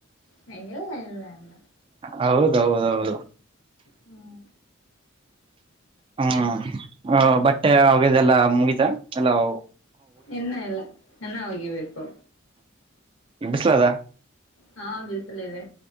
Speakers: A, on the left (about 80°); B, on the right (about 25°).
A: ಹಂಗೆಲ್ಲ ಇಲ್ಲ
B: ಹೌದೌದೌದು
A: ಹ್ಮ್.
B: ಹ್ಮ ಬಟ್ಟೆ ಒಗ್ಯದೆಲ್ಲ ಮುಗಿತ ಎಲ್ಲವ್
A: ಇನ್ನ ಇಲ್ಲ ಇನ್ನ ಓಗಿಬೇಕು.
B: ಸ್ಲದ
A: ಹಾ ಬಿಸ್ ಲಿವೆ.